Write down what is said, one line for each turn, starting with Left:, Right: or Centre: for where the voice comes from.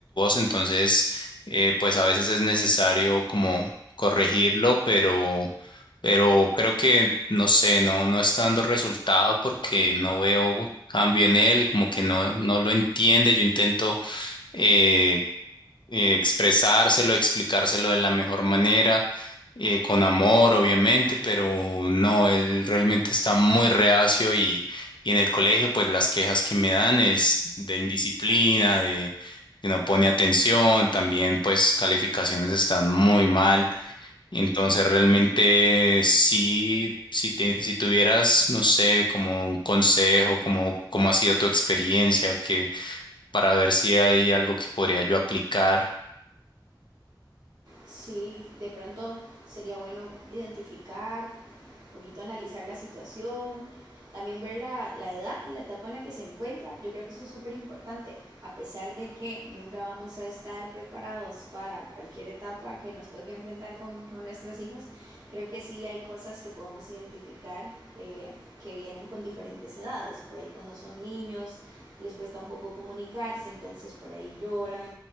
Left: entonces eh, pues a veces es necesario como corregirlo, pero pero creo que no sé, no, no está dando resultado porque no veo cambio en él, como que no, no lo entiende. Yo intento eh, eh, expresárselo, explicárselo de la mejor manera, eh, con amor, obviamente, pero no, él realmente está muy reacio y, y en el colegio, pues las quejas que me dan es de indisciplina, de que no pone atención, también pues calificaciones están muy mal. Entonces realmente sí, si te- si tuvieras, no sé, como un consejo, como cómo ha sido tu experiencia, para ver si hay algo que podría yo aplicar.
Right: Sí, de pronto sería bueno identificar, un poquito analizar la situación, también ver la, la edad y la etapa en la que se encuentra. Yo creo que eso es súper importante, a pesar de que nunca vamos a estar preparados para cualquier etapa que nos toque enfrentar con, con nuestros hijos, creo que sí hay cosas que podemos identificar eh, que vienen con diferentes edades. Por ahí cuando son niños les cuesta un poco comunicarse, entonces por ahí lloran